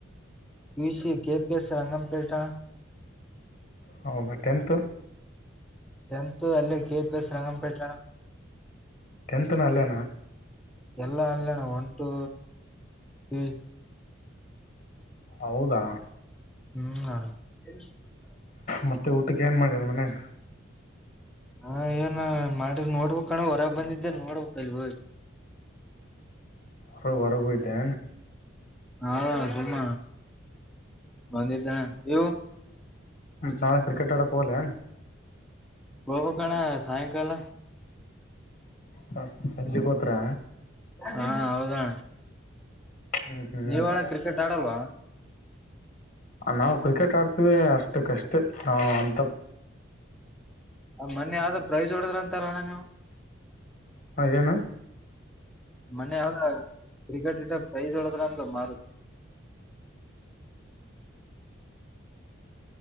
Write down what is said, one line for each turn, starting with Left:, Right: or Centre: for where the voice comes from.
Centre: ಯುಸಿ ಕೆಪಿ ಎಸ್ ರಂಗಂಪೇಟಾ ಅಣ್ಣಾ
Left: ಹ ಬಟ್ಟೆಂತು
Centre: ಟೆಂತ್ ಅಲ್ಲೇ ಕೆ ಪಿಎಸ್ ರಂಗಂಪೇಟೆಣ
Left: ಟೆಂತ್ನ ಅಲ್ಲಣ್ಣ
Centre: ಎಲ್ಲ ಅಲ್ಲಣ ಒನ್ ಟು ಸ್ೀ
Left: ಹೌದಾ
Centre: ಹೂ
Left: ಮತ್ತೆ ಊಟಕ್ಕೆ ಏನ್ ಮಾಡಾರ ಮನೆಗ
Centre: ಹಾ ಏನ್ ಮಾಡ್ ನೋಡ್ಬೇಕ್ಣ ಹೊರಗೆ ಬಂದಿದ್ದೆ ನೋಡ್ಬೇಕಕ್ಲ್ವೋ ಹ
Left: ಹೊ ಹೋಗಿದ್ಯ
Centre: ಹಾ ಜುಮ್ಮ ಬಂದಿದ್ದ ಇವ
Left: ನಾಳೆ ಕ್ರಿಕೆಟ್ ಆಡಕ್ಕ ಹೋಗ್ಲ
Centre: ಹೋಗಬೇಕಣ್ಣ ಸಾಯಂಕಾಲ
Left: ಹ ಸಜ್ಜಿಗೋತ್ರ
Centre: ಹಾ ಹೌದಣ
Left: ಹ್ಞೂ ಹ್ಞೂ
Centre: ನೀವಣ್ಣ ಕ್ರಿಕೆಟ್ ಆಡಲ್ವಾ
Left: ನಾವು ಕ್ರಿಕೆಟ್ ಆಡ್ತಿೀವಿ ಅಷ್ಟು ಕಷ್ಟೇ ನ ಅಂತ
Centre: ಆ ಮೊೆ ಆದ ಪ್ರೈಜ್ ಹೊಡದ್ರ ಅಂತಲ್ಲ ಅಣ್ಣ ನೀವು
Left: ಹಾ ಏನು
Centre: ಮನ್ ಯಾವ ಕ್ರಿಕೆಟ್ ಇಟ್ಟ ಪ್ರೈಸ್ ಹೊಡದ್ರ ಅಂದ ಮಾರುತ್ತೆ